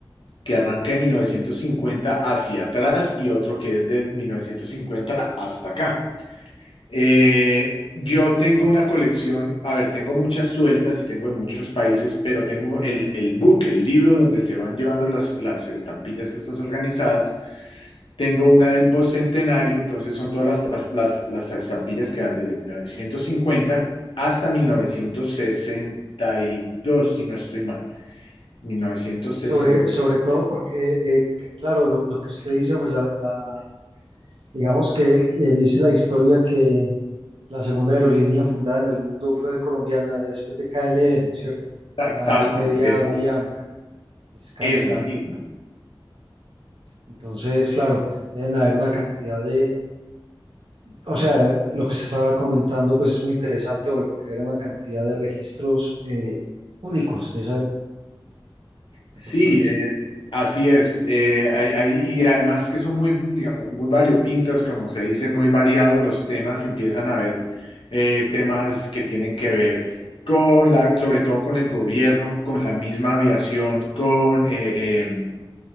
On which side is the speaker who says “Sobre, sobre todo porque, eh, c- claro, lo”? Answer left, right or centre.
Right